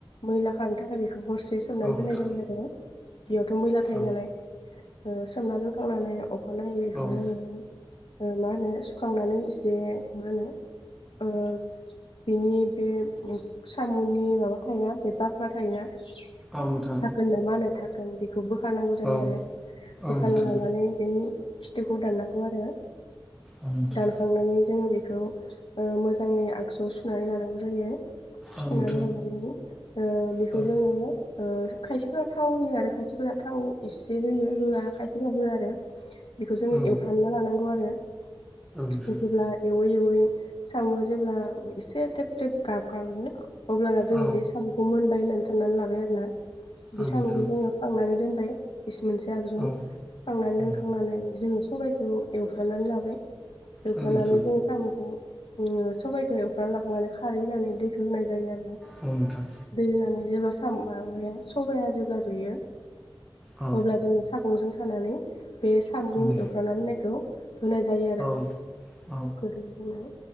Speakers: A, on the left; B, in the centre.
A: मैला खारनो थाखाय बे खौ हरसे सोमनानै
B: औ नोंथां
A: दोननाय जायो आरो बेयावथ' मैला थायो
B: औ
A: नालाय ओ सोमना दोनखांनानै अखानायै इखौ
B: औ
A: जोङो ओ मा होनो सुखांनानै एसे मा होनो ओ बिनि बे साम'नि माबा थायोना बे बाख्ला थायोना थागोन
B: औ नोंथां
A: ना मा होनो थागोन बेखौ बोखारनांगौ जायो
B: औ
A: आरो
B: औ
A: बोखान
B: नोंथां
A: लानानै बेनि खिथुखौ दाननांगौ आरो
B: औ नोंथां
A: दानखांनानै जोङो बेखौ ओ मोजाङै आगजुयाव सुनानै लानांगौ जायो फिसिनानै
B: औ नोंथां
A: लानानै औ बेखौ
B: औ
A: जोङो ओ खायसेफोरा थाव होयो आरो खायसेफोरा थाव इसे होयो होआ खायसेफोरा होआ आरो बेखौ जों
B: औ
A: एवफ्रानना लानांगौ आरो
B: नोंथां
A: जेब्ला एवै एवै साम'आ जेब्ला एसे थेब थेब गाबगाङो अब्लाना जों
B: औ
A: बे साम'खौ मोनबाय होननानै साननानै लाबाय आरोना बे
B: नोंथां
A: साम'खौ जोङो खांनानै दोनबाय। बेसे मोनसे आगजुआव
B: औ
A: खांनानै
B: औ
A: दोनखांनानै जोङो सबायखौ एवफ्रानानै लाबाय एवफ्रानानै
B: औ नोंथां
A: जों साम'खौ सबायखौ एवफ्रानानै लाखांनानै खारै होनानै दै होनाय जायो आरोना
B: औ नोंथां
A: दै होनानै जेब्ला सामु माबाया सबाया जेब्ला रुयो
B: औ
A: अब्ला जोङो सागंजों खानानै बे साम'
B: उम
A: एवफ्रानानै दोननायखौ होनाय जायो आरो
B: औ औ
A: गोदोनि समायाव